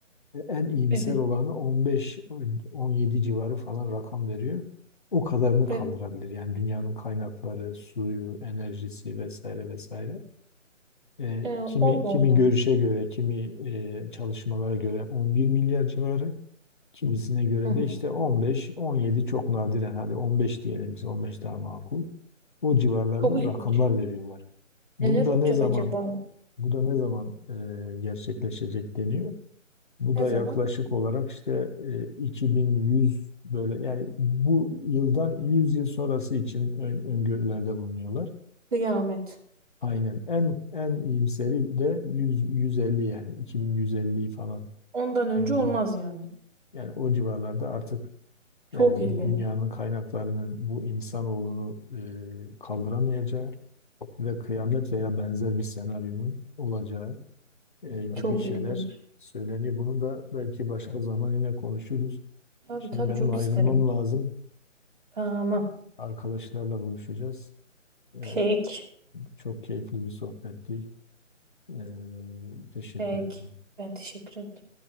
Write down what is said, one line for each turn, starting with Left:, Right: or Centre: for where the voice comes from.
Left: en iyimser
Right: Evet.
Left: olanı 15-17 civarı falan rakam veriyor. O kadarını
Right: Evet.
Left: kaldırabilir. Yani dünyanın kaynakları, suyu, enerjisi vesaire vesaire. Ee,
Right: Ee,
Left: kimi
Right: Allah
Left: kimi
Right: Allah.
Left: görüşe göre, kimi e, çalışmalara göre 11 milyar civarı. Kimisine göre
Right: Hı hı.
Left: de işte 15, 17 çok nadiren hadi 15 diyelim biz 15 daha makul. O civarlarda
Right: Çok ilginç.
Left: rakamlar veriyorlar. Bunu
Right: Neler
Left: da
Right: olacak
Left: ne zaman
Right: acaba?
Left: bu da ne zaman e, gerçekleşecek deniyor. Bu
Right: Ne
Left: da
Right: zaman?
Left: yaklaşık olarak işte e, 2100 böyle yani bu yıldan 100 yıl sonrası için ön- öngörülerde bulunuyorlar.
Right: Kıyamet.
Left: Aynen en en iyimseri de 100, 150 yani 2150'yi falan
Right: Ondan önce
Left: gibi
Right: olmaz yani.
Left: yani o civarlarda artık
Right: Çok
Left: Yani
Right: ilginç.
Left: dünyanın kaynaklarının bu insanoğlunu e, kaldıramayacağı ve kıyamet veya benzer bir senaryonun olacağı e, gibi
Right: Çok
Left: şeyler
Right: ilginç.
Left: söyleniyor. Bunu da belki başka zaman yine konuşuruz.
Right: Tabii
Left: Şimdi
Right: tabii
Left: benim
Right: çok
Left: ayrılmam
Right: isterim.
Left: lazım.
Right: Tamam.
Left: Arkadaşlarla buluşacağız. E,
Right: Peki.
Left: çok keyifli bir sohbetti. E, teşekkür
Right: Peki.
Left: ederim.
Right: Ben teşekkür ederim.